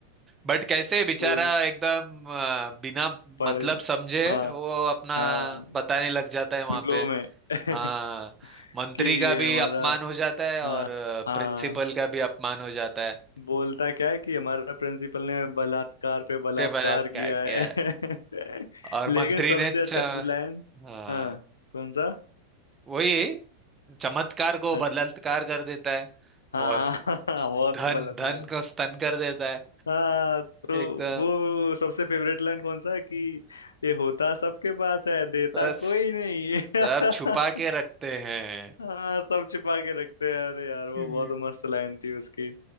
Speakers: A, on the right (about 20°); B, on the left (about 70°).
A: बट कैसे बेचारा
B: बोल
A: एकदम अ, बिना
B: पढ़
A: मतलब समझे
B: हाँ
A: वो अपना
B: हाँ
A: बताने लग जाता है वहां
B: फ्लो
A: पे
B: में <laughs>
A: हाँ मंत्री
B: कि
A: का भी
B: हमारा
A: अपमान हो जाता है
B: हाँ
A: और
B: हाँ
A: प्रिंसिपल का भी अपमान हो जाता है
B: बोलता क्या है कि हमारा प्रिंसिपल ने बलात्कार पे बलात्कार
A: पे बलात्कार
B: किया
A: किया
B: है
A: है
B: <laughs>
A: और
B: लेकिन
A: मंत्री
B: सबसे
A: ने च...
B: अच्छा लाइन
A: हाँ
B: हाँ कौन सा
A: वही चमत्कार को
B: अच्छा,
A: बलात्कार कर देता है
B: हाँ
A: और स-
B: <laughs> बहुत
A: स- धन
B: बलात्कार
A: धन को स्तन कर देता है
B: हाँ तो
A: एकदम
B: वो सबसे फेवरेट लाइन कौन सा है कि ये होता सबके पास है देता
A: बस
B: कोई नहीं
A: सब
B: <laughs>
A: छुपा के रखते हैं
B: हाँ सब छिपा के रखते हैं अरे यार वो
A: हम्म।
B: बहुत मस्त लाइन थी उसकी